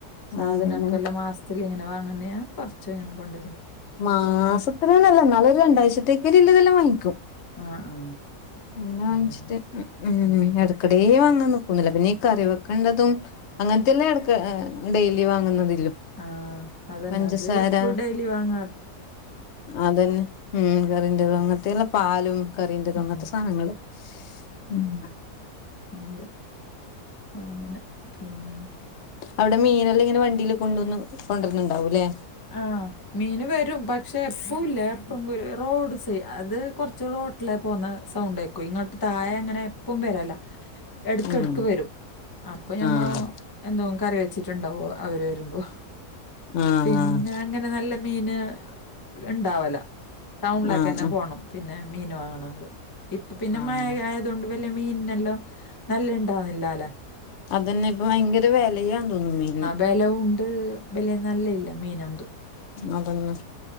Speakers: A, on the left; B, on the left.
A: സാധനക്കെല്ലാം
B: അങ്ങനെ
A: മാ അ ഇങ്ങനൊങ്ങുന്ന കുറച്ചും ഇങ്ങനെ കൊണ്ടുവരരുന്നു
B: മാസത്തിന നല്ല എന്നാലും ഒരു രണ്ടാഴ്ചത്തേക്ക ഇല്ലതെല്ലാം വാങ്ങിക്കും
A: ആ ആ
B: എന്ന വാങ്ങിച്ചിട്ട്
A: അതന്നെ
B: ഉ
A: ഉം.
B: എടുക്ക ഇവിടെേ വാങ്ങാൻ നക്കുന്നില്ല പിന്നെഈ കറിവെക്കേണ്ടതും അങ്ങനത്തെെയല്ലേ ഇടക്ക് ഡെയിലി വാങ്ങുന്നതില്ലോ
A: ആഹ അതന്നെ
B: പഞ്ചസാര
A: അത് എപ്പ ഡെലി വാങ്ങ
B: അതന്നെ ഉം കറീറതും അങ്ങനത്തെെയള്ള പാലും കററതും
A: ഉം
B: അങ്ങനത്തെ സാധനങ്ങള് ഉം
A: അത് അങ്ങനെ പിന്നെ
B: അവിടെ മീനെല്ലാം ഇങ്ങനെ വണ്ടിയില് കൊണ്ടുവന്ന് കൊണ്ടുവന്ന്ണ്ടാവൂല്ലേ
A: ആഹ് മീന് വരും പക്ഷെ എപ്പഴുംല്ല എപ്പ റോഡ് സൈ അത് കുറച്ച് റോട്ടില പോകുന്ന സൗണ്ട് ആയിക്കും ഇങ്ങോട്ട് താഴെ അങ്ങനെ എപ്പും വരമല്ല എടുക്ക
B: ഉം
A: എടുക്ക് വരും അപ്പൊ ഞമ്മ
B: ആഹ്
A: എന്തോ കറി വെച്ചിട്ടുണ്ടാവോ അവര് വരുമ്പോ
B: ആഹ്
A: പിന്നെ
B: ആഹ്
A: അങ്ങനെ നല്ല മീന് ഉണ്ടാവല ടൗണിലൊക്കെ
B: ആഹ്
A: തന്നെ പോകണം പിന്നെ മീൻ വാങ്ങണം ങ്കി ഇപ്പ പിന്നെ
B: ആഹ്
A: മഴ ണ്ട് വല മീനിനെല്ലാം നല്ല ഇണ്ടാവുന്നില്ല അല്ലെ
B: അതന്നെ ഇപ്പ ഭയങ്കര വിലയാ തോന്നും മീന്
A: വെലവും വില നല്ല ഇല്ല മീന എന്തും
B: അതന്നെ